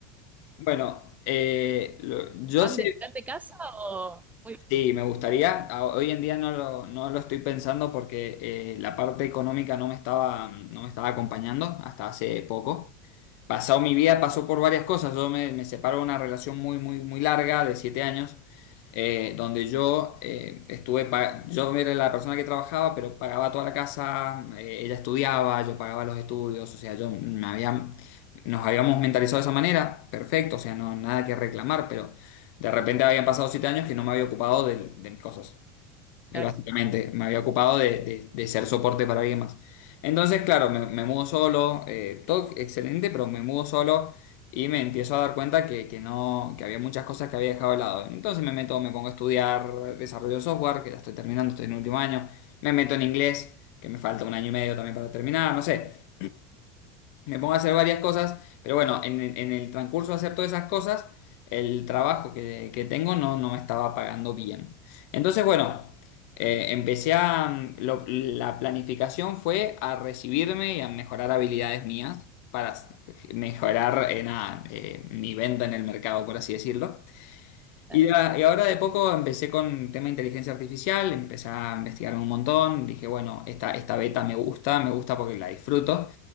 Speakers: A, on the left (about 65°); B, on the right (about 15°).
A: Bueno, eh, lo- yo
B: ¿Pan
A: sí,
B: de, plan de casa o...? Muy
A: sí, me gustaría. A- Hoy en día no lo, no lo estoy pensando porque eh, la parte económica no me estaba, no me estaba acompañando hasta hace poco pasado mi vida pasó por varias cosas. Yo me, me separo de una relación muy, muy, muy larga de siete años, eh, donde yo eh, estuve, pa- yo era la persona que trabajaba, pero pagaba toda la casa, eh, ella estudiaba, yo pagaba los estudios, o sea, yo me había, nos habíamos mentalizado de esa manera, perfecto, o sea, no, nada que reclamar, pero de repente habían pasado siete años que no me había ocupado de, de mis cosas. Eh,
B: claro,
A: Básicamente, me había ocupado de, de- de ser soporte para alguien más. Entonces, claro, me, me mudo solo, eh, todo excelente, pero me mudo solo y me empiezo a dar cuenta que, que no, que había muchas cosas que había dejado de lado. Entonces me meto, me pongo a estudiar desarrollo de software, que ya estoy terminando, estoy en el último año, me meto en inglés, que me falta un año y medio también para terminar, no sé. Me pongo a hacer varias cosas, pero bueno, en, el en el transcurso de hacer todas esas cosas, el trabajo que, que tengo no, no me estaba pagando bien. Entonces, bueno, eh, empecé a... mm, lo- la planificación fue a recibirme y a mejorar habilidades mías para s- mejorar eh, nada, eh, mi venta en el mercado, por así decirlo.
B: claro.
A: Y, a- y ahora de poco empecé con tema de inteligencia artificial, empecé a investigar un montón, dije, bueno, esta, esta beta me gusta, me gusta porque la disfruto,